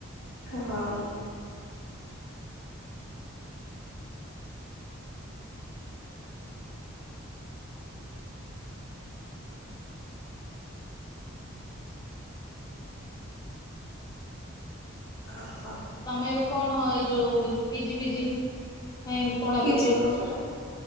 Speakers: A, on the left (about 80°); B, on the left (about 20°).
A: ହଁ। ଓ ହୋ।
B: ତମେ ଏବେ କଣ ଏଇ ଯୋଉ ଏ ଯୋଉ ପିଜି ଫିଜି ପାଇଁ ପଢାପଢି
A: ପିଜି
B: ଯୋଉ
A: କରୁଛ?
B: କରୁଥିଲ।